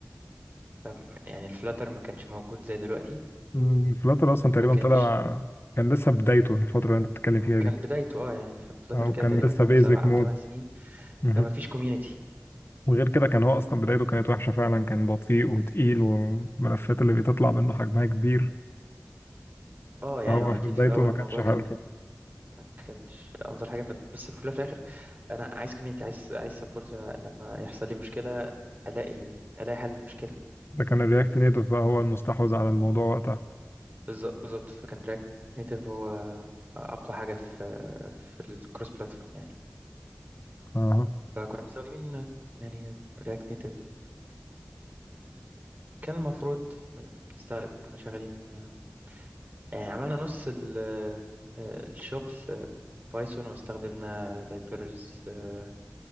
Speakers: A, on the right; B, on the left.
A: فم- يعني الفلاتر ما كانش موجود زي دلوقتي
B: الفلاتر اصلا
A: ما
B: تقريبا
A: كانش
B: طلع كان لسه بدايته الفتره اللي انت بتتكلم فيها
A: كان
B: دي
A: بدايته اه يعني ف- فلاتر
B: اه وكان
A: كده تقريبا
B: لسه بيزك
A: سبع او
B: مود
A: ثمان سنين
B: مهم.
A: فما فيش كوميونتي
B: وغير كده كان هو اصلا بدايته كانت وحشه فعلا كان بطيء وتقيل والملفات اللي بتطلع منه حجمها كبير
A: اه يعني
B: فهو
A: هو اكيد
B: مم. في بدايته
A: في الاول
B: ما
A: الموضوع
B: كانش حلو
A: كان ما كانش افضل حاجه ف- بس في الأول وفي الاخر انا عايز كوميونتي عايز عايز سبورت لما يحصل لي مشكله الاقي الاقي حل المشكله
B: ده كان الرياكت نيتف بقى هو المستحوذ على الموضوع وقتها
A: بالظبط بالظبط فكان رياكت نيتيف هو اقوى حاجه في في الكروس بلاتفورم يعني
B: اه
A: فكنا مستخدمين يعني رياكت نيتيف كان المفروض آه، بنستخدم كنا شغالين آه، يعني عملنا نص ال- آه، الشغل آه، بايثون واستخدمنا libraries آه،